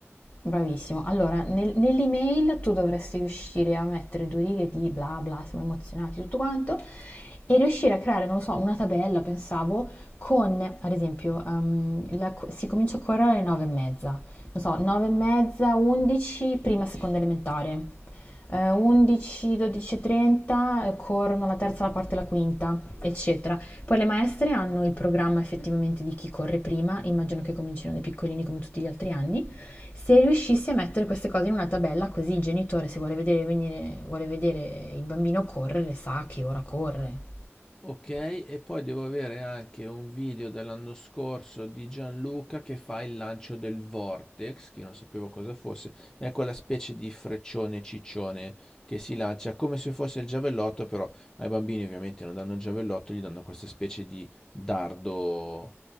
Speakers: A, on the left (about 40°); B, on the left (about 15°).
A: Bravissimo. Allora, nel- nell'email tu dovresti riuscire a mettere due righe di bla bla, siamo emozionati, tutto quanto, e riuscire a creare, non lo so, una tabella, pensavo, con, ad esempio, ehm, la co- si comincia a correre alle 9 e mezza, non so, 9 e mezza, 11, prima e seconda elementare eh, 11, 12.30 corrono la terza, la quarta e la quinta, eccetera. Poi le maestre hanno il programma effettivamente di chi corre prima, immagino che comincino dai piccolini come tutti gli altri anni. Se riuscissi a mettere queste cose in una tabella, così il genitore se vuole vedere, venire- vuole vedere il bambino correre sa che ora corre.
B: Ok, e poi devo avere anche un video dell'anno scorso di Gianluca che fa il lancio del Vortex, che io non sapevo cosa fosse, è quella specie di freccione ciccione che si lancia come se fosse il giavellotto, però ai bambini ovviamente non danno il giavellotto, gli danno questa specie di dardo